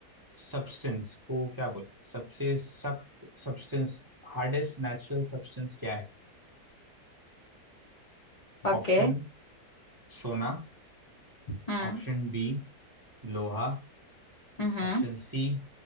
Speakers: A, on the right (about 20°); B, on the left (about 45°).
A: सब्सटेंस को क्या बोलें सबसे सख्त सब्सटेंस हार्डेस्ट नेचुरल सब्सटेंस क्या है
B: ओके
A: ऑप्शन सोना
B: हम्म
A: ऑप्शन बी लोहा
B: हम्म
A: ऑप्शन सी